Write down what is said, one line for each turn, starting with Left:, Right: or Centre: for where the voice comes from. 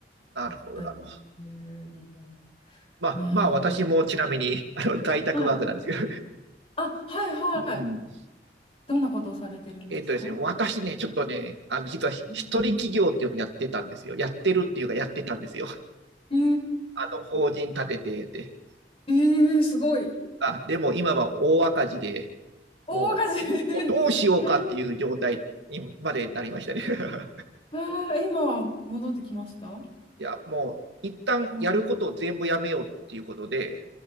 Right: なるほど、
Left: あったりするので。
Right: なるほど。まあ、
Left: うん。
Right: まあ、私もちなみに、あの、在宅ワークなんですけど。
Left: はい。あ、はいはい。
Right: うん。
Left: どんなことをされてるんですか
Right: えっとですね、私ね、ちょっとね、あの、実はひ一人企業っていうのやってたんですよ。
Left: うん
Right: やってるっていうか、やってたんですよ。
Left: えー、
Right: あの、法人立ててて。
Left: えー、すごい。
Right: あ、でも今は大赤字で、
Left: 大赤字
Right: もう、
Left: <laughs>
Right: もうどうしようかっていう状態にまでなりましたね。
Left: えー
Right: <laughs>
Left: えー、え今は戻ってきました
Right: いや、もう、一旦やることを全部やめようっていうことで、
Left: うん。